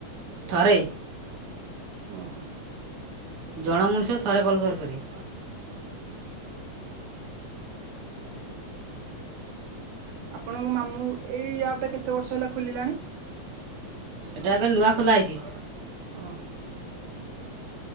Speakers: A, on the right (about 50°); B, on the right (about 85°).
A: ଥରେ
B: ଓହୋ।
A: ଜଣ ମଣିଷ ଥରେ କଲ୍ କରି ପାରିବେ।
B: ଆପଣଙ୍କ ମାମୁଁ ଏଇ ଆପ୍ ଟା କେତେ ବର୍ଷ ହେଲା ଖୋଲିଲାଣି?
A: ଏଇଟା ଏବେ ନୂଆ ଖୋଲା ହେଇଛି
B: ଓ ହୋ।